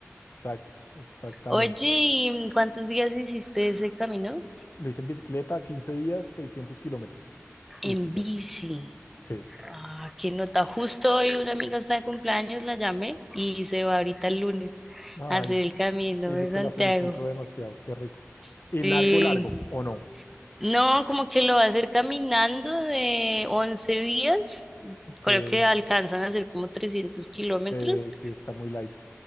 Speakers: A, on the left; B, in the centre.
A: Exacto, exactamente.
B: Oye, ¿y mm, cuántos días hiciste ese camino?
A: Lo hice en bicicleta, 15 días, 600 kilómetros. Y
B: En
A: fui yo,
B: bici.
A: sí.
B: Ah, qué nota. Justo hoy una amiga está de cumpleaños, la llamé y se va ahorita el lunes
A: Ay,
B: a hacer el camino
A: dile
B: de
A: que
B: Santiago.
A: la felicito demasiado, qué rico.
B: Sí.
A: Y largo, largo, ¿o no?
B: No, como que lo va a hacer caminando de 11 días.
A: Que
B: Creo que alcanzan a hacer como 300 kilómetros.
A: eh, sí, está muy light.